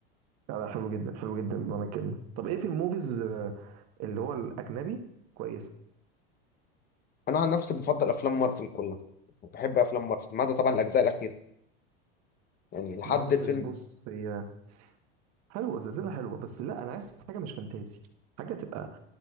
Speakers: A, on the right; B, on the left.
A: لا لا حلو جدا حلو جدا بمعنى الكلمة طب ايه في الموفيز آه، اللي هو الأجنبي كويسة
B: انا عن نفسي بفضل افلام مارفل كلها بحب افلام مارفل ما عدا طبعا الاجزاء الاخيره يعني لحد
A: مارفل
B: فيلم
A: بص هي حلوة سلسلة حلوة بس لا أنا عايز حاجة مش فانتازي حاجة تبقى